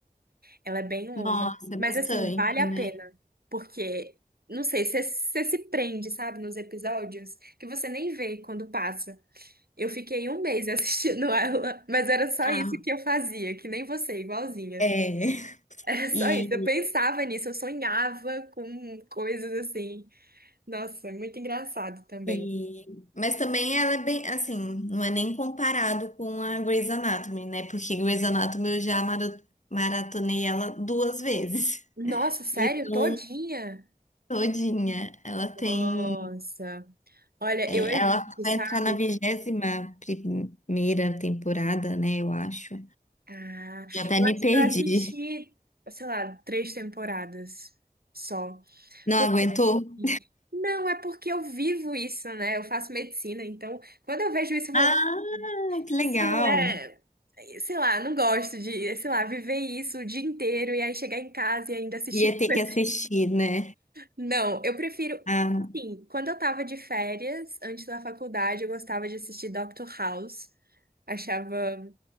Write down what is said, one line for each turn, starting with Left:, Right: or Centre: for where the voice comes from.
Right: Ela é bem longa.
Left: Nossa,
Right: Mas
Left: é bastante,
Right: assim, vale a
Left: né?
Right: pena. Porque, não sei, você você se prende, sabe, nos episódios que você nem vê quando passa. Eu fiquei um mês <laughs> assistindo ela, mas era só
Left: Ah,
Right: isso que eu fazia, que nem você, igualzinha.
Left: é.
Right: <laughs> Era só
Left: <laughs> E,
Right: isso. Eu pensava nisso, eu sonhava com coisas assim. Nossa, muito engraçado também.
Left: e- mas também ela é bem, assim, não é nem comparado com a Grey's Anatomy, né? Porque Grey's Anatomy eu já maro- maratonei ela duas vezes.
Right: Nossa,
Left: <laughs>
Right: sério?
Left: Então,
Right: Todinha?
Left: todinha, ela
Right: Nossa.
Left: tem,
Right: Olha,
Left: é,
Right: eu evito,
Left: ela vai
Right: sabe?
Left: entrar na vigésima primeira temporada, né? Eu acho.
Right: Ah,
Left: Já até
Right: eu
Left: me
Right: acho
Left: perdi.
Right: que eu assisti, sei lá, três temporadas só.
Left: Não
Right: Porque
Left: aguentou?
Right: assim, não, é porque eu vivo isso, né? Eu faço medicina, então quando eu vejo isso, eu falo.
Left: Ah, que legal.
Right: Isso não é, sei lá, não gosto de, sei lá, viver isso o dia inteiro e aí chegar em casa e ainda assistir
Left: Ia
Right: <laughs> coisa.
Left: ter que assistir, né?
Right: Não, eu prefiro,
Left: Ah,
Right: assim, quando eu tava de férias, antes da faculdade, eu gostava de assistir Doctor House. Achava